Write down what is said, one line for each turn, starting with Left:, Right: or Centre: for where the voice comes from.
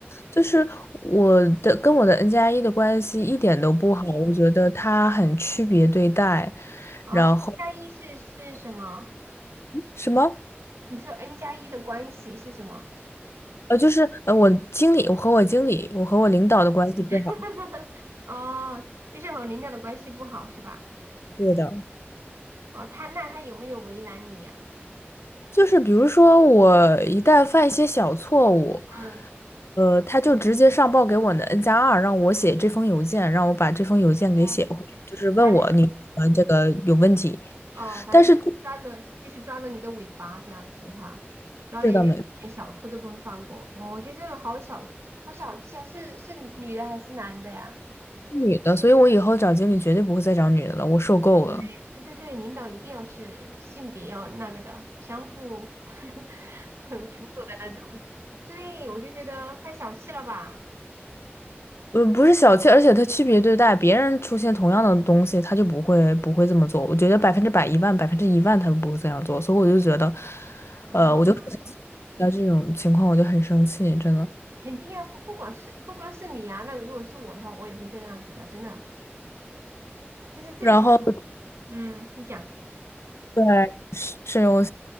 Left: 就是我的跟我的 N 加一的关系一点都不好，我觉得他很区别对待。
Right: 哦，
Left: 然后
Right: 加一是是什么？
Left: 什么？
Right: 你说 N 加一的关系是什么？
Left: 呃，就是呃，我经理，我和我经理，我和我领导的关系不好。
Right: <laughs> 哦，就是和领导的关系不好是吧？
Left: 对的，
Right: 哦，他那他有没有为难你啊？
Left: 就是比如说我一旦犯一些小错误。
Right: 嗯，
Left: 呃，他就直接上报给我的 N 加二，让我写这封邮件，让我把这封邮件给写回去，
Right: 哦，
Left: 就是问我你呃这个有问题。
Right: 反正哦，反正就是抓着，
Left: 但是这
Right: 就是抓着你的尾巴这样子哈，抓着一点一点小错都不会放过。
Left: 是的，没
Right: 哦，我觉得这种好小，好小气啊！是是女的还是男的呀？
Left: 是女的，所以我以后找经理绝对不会再找女的了，我受够了。
Right: 对对对对，领导一定要是性别要那个的，相互 <laughs> 很辅佐的那种。对，我就觉得太小气了吧？
Left: 呃，不是小气，而且他区别对待，别人出现同样的东西，他就不会不会这么做。我觉得百分之百一万百分之一万他都不会这样做，所以我就觉得，
Right: 嗯，
Left: 呃，我就遇到这种情况我就很生气，真的。
Right: 肯定啊，不不管是不光是你啊，那如果是我的话，我也会这样子的，真的，这是正常。
Left: 然后。
Right: 嗯，你讲。
Left: 对，是我，